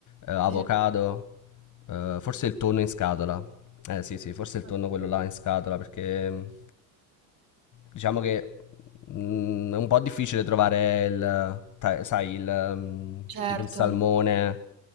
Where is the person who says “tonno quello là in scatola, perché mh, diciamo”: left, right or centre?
Left